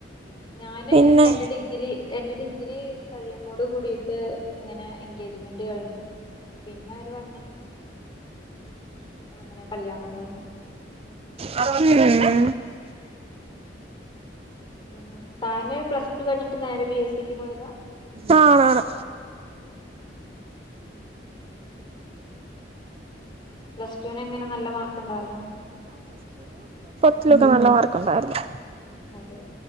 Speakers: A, on the left; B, on the right.
A: ഞാന്
B: പിന്നെ
A: എന്റെ ഡിഗ്രി എന്റെ ഡിഗ്രി കഴിയുന്നോട് കൂടിയിട്ട് ഇങ്ങനെ എൻഗേജ്മെന്റ് കഴിഞ്ഞു പിന്നെ ഒരു വ അങ്ങനെ കല്യാണം കഴിഞ്ഞു
B: ഉം <unintelligible>
A: പിന്നെ താന്പ്ലസ്ടു കഴിഞ്ഞിട്ട് നേരെ ബി എസ് സിക്ക് പോയതാ
B: ആണാണ്
A: പ്ലസ്റ്റുനെങ്ങനെ നല്ല മാർക്ക് ഇ ണ്ടാർന്നോ
B: റ്റുലൊക്കെ നല്ല മാർക്ക്ണ്ടാർന്നു
A: അതെ